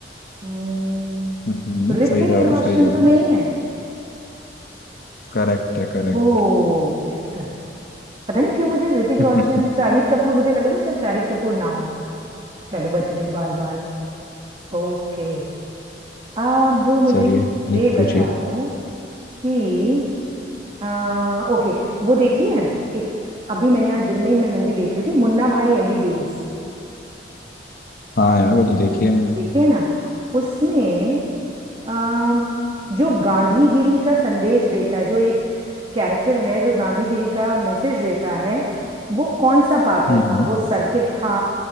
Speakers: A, on the right; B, on the left.
A: हम्म,
B: हम्म
A: ऋतिक
B: सही जा
A: रोशन
B: रहे हो सही जा रहे
A: तो नहीं
B: हो
A: है
B: करेक्ट है करेक्ट
A: ओह वेरी गुड पता नहीं क्यों मुझे ऋतिक
B: <laughs>
A: रोशन शाहिद कपूर मुझे लगा था शायद शाहिद कपूर ना हो चलो बच गई बाल बाल ओके अब मुझे
B: चलिए आप
A: ये
B: पूछिए
A: बताओ कि आ, ओके वो देखी है एक अभी मैंने आज दिन में ही मैं मूवी देख रही थी मुन्ना भाई एमबीबीएस
B: हाँ यार वो तो देखी है मैंने
A: देखी है ना उसमें आ, जो गांधीगिरी का संदेश देता है जो एक कैरेक्टर है जो गांधीगिरी का मैसेज देता है वो कौन सा पात्र
B: हम्म
A: था
B: हम्म
A: वो सर्किट था